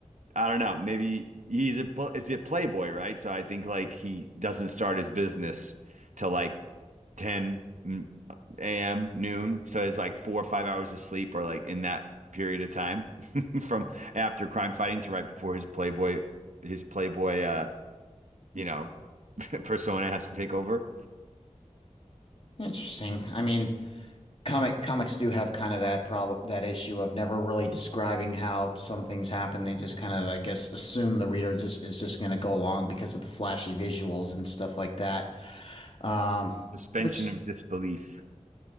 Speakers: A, on the right (about 80°); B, on the left (about 50°).
A: I don't know, maybe he's a is a playboy, right? So I think like he doesn't start his business till like 10 a.m., noon. So it's like four or five hours of sleep or like in that period of time <laughs> from after crime fighting to right before his Playboy, his Playboy, uh, you know, <laughs> persona has to take over.
B: Interesting. I mean, comic comics do have kind of that problem, that issue of never really describing how some things happen. They just kind of, I guess, assume the reader just is just going to go along because of the flashy visuals and stuff like that. Um,
A: Suspension
B: which,
A: of disbelief.